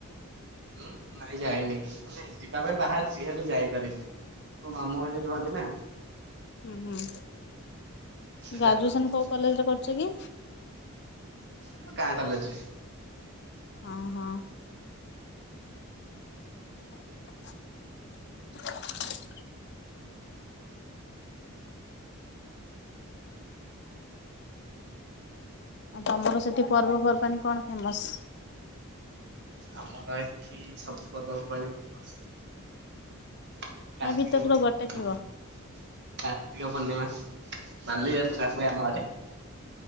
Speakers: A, on the right; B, on the left.
A: ଉଁ, ନାଇଁ ଯାଇନି। ମାନେ ଯିବା ପାଇଁ ବାହାରିଚି ହେଲେ ଯାଇପାରିନି। ମୋ ମାମୁଁ ସେଠି ରୁହନ୍ତି ନା।
B: ହୁଁ, ହୁଁ।
A: ସେ
B: ଗ୍ରାଜୁଏସନ୍
A: ଡାକନ୍ତି।
B: କୋଉ କଲେଜ୍ ରେ କରୁଚ କି?
A: ମୋ ଗାଁ କଲେଜ୍।
B: ହଁ, ହଁ। <inaudible> ଆଉ ତୋମର ସେଠି ପର୍ବପର୍ବାଣୀ କଣ ଫେମସ?
A: ଆମର ଏଠି ସବୁ ପର୍ବପବାଣି ଫେମସ। କାର୍ତ୍ତିକ
B: ତା ଭିତରୁ
A: ପୂର୍ଣ୍ଣିମା
B: ତ ଗୋଟେ
A: ଫେମସ।
B: ଥିବ।
A: କାର୍ତ୍ତିକ ପୂର୍ଣ୍ଣିମା, ବାଲିଯାତ୍ରା ହୁଏ ଆମ ଆଡେ।